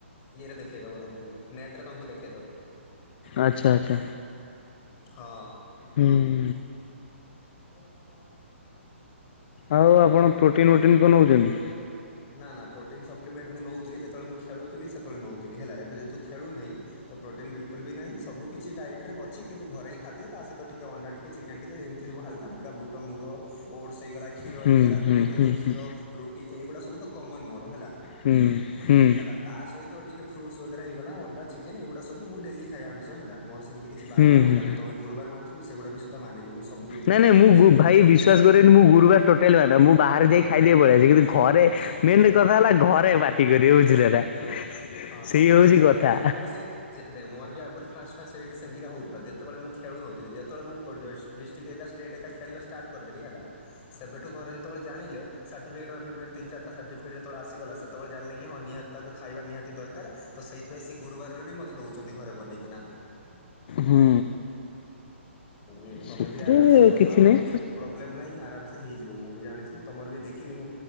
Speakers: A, on the left (about 30°); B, on the left (about 50°).
A: ଇଏରେ ଦେଖେଇଦବ ତମକୁ ନେଟ ରେ ତମକୁ ଦେଖେଇଦବ।
B: ଆଚ୍ଛା ଆଚ୍ଛା।
A: ହଁ।
B: ହୁଁ।
A: <inaudible>
B: ଆଉ ଆପଣ ପ୍ରୋଟିନ୍ ପ୍ରୋଟିନ୍ କଣ ନଉଛନ୍ତି?
A: ନା ନା ପ୍ରୋଟିନ୍ ସପ୍ଲିମେଣ୍ଟ ମୁଁ ନଉଥିଲି ଯେତେବେଳେ ମୁଁ ଖେଳୁଥିଲି ସେତେବେଳେ ନଉଥିଲି ହେଲା ଏବେ ଜେହେତୁ ଖେଳୁନାହିଁ। ତ ପ୍ରୋଟିନ୍ ବିଲ୍ କୁଲ୍ ବି ନାହିଁ ସବୁ କିଛି ଡାଇଟ ରେ ଅଛି କିନ୍ତୁ ଘରୋଇ ଖାଦ୍ୟ ତା ସହିତ ଟିକେ ଅଣ୍ଡା ଟିକେ ଚି କେନ୍ ଟିକେ ଏମିତି ସବୁ ହାଲକା ଫାଲକା ବୁଟ ମୁଗ ଓଟ୍ସ ହେଇଗଲା। କ୍ଷୀର
B: ହୁଁ
A: ହେଇଗଲା ଦୁଧ
B: ହୁଁ
A: ଦହି
B: ହୁଁ
A: କ୍ଷୀର
B: ହୁଁ
A: ରୁଟି ଏଇଗୁଡ଼ା ସବୁ। ତ କମନ ମୋର ହେଲା
B: ହୁଁ ହୁଁ ହୁଁ
A: ହେଲା। ତା ସହିତ ଟିକେ ଫ୍ରୁଟ୍ସ ବଗେରା ହେଇଗଲା ଅଣ୍ଡା ଚିକେନ ଏଗୁଡା ସବୁଁ ମୁଁ ଡେଲି ଖାଇବା ଆମିଷ ହେଲା ମୋର ସେମିତ୍ କିଛି କିଛି ବାର
B: ହୁଁ
A: ବାଡ୍ ଉଗା
B: ହୁଁ।
A: ନଇଁ ତମେ ଗୁରୁବାର ମାନୁଛ ମୁଁ ସେଗୁାଡା ବି ସୁଧା ମାନିନି ମୁଁ ସବୁଦିନ ଖାଏ
B: ନାଇଁ ନାଇ
A: ମା
B: ମୁଁ
A: ଆଇଁଷ
B: ଭୁ ଭାଇ ବିସ୍ ବିଶ୍ୱାସ କରିବେନି ମୁଁ ଗୁରୁବାର ଟୋଟାଲ ବାରେନା ମୁଁ ବାହାରେ ଯାଇ ଖାଇଦେଇକି ପଳେଇଆସେ କିନ୍ତୁ ଘରେ
A: ହୁଁ
B: ମେନ କଥା ହେଲା ଘରେ ପାଟି କରିବେ ବୁଝିଲେ ନାଁ
A: ହଁ
B: ସେଇ
A: ତମର
B: ହଉଚି
A: ସିନା
B: କଥା।
A: ଘରେ ମୋର ସେଇ ଯେ ଦେଖ ମୋର ବି ଆଗରୁ ଫାଷ୍ଟ ଫାଷ୍ଟ ସେଇଠି ସେମତିକା ହଉଥିଲା ଯେତେବେଳେ ମୁଁ ଖେଳୁନଥିଲି ଯେତେବେଳେ ମୁଁ ଡିଷ୍ଟ୍ରିକ୍ଟ ଏକା ଏକା ଖେଳିବା ଷ୍ଟାର୍ଟ କରିଦେଲି ହେଲା ସେବେଠୁ ଘରେ ଯେତେବେଳେ ଜାିଣିଲେ ସାର୍ଟିଫିକେଟ୍ ଫାଟିପିକେଟ ତିନି ଚାରି ତ ସଟିଫିକେଟ ଯେତେବେଳେ ଆସିଗଲା ସେତେବେଳେ ଜାଣିଲେ କି ହଁ ନିହାତି ତାକୁ ଖାଇବା ନିହାତି ଦରକାର ତ ସେଇଥି ବେସି ଗୁରୁବାରରେ ବି ମୋତେ ଦେଉଛନ୍ତି ଘରେ ବନେଇକିନା।
B: ହୁଁ।
A: ଓ ତମେ
B: ସେଥିରେ
A: ବି ଆରାମସେ ବନ ଆଉ
B: ନାହିଁ
A: କିଛି ପ୍ରୋବ୍ଲେମ୍ ନାହିଁ ଆରାମସେ ହେଇଯିବ ମୁଁ ବି ଜାଣିଛି ତୁମର ବି ଦେଖିନି ମୁଁ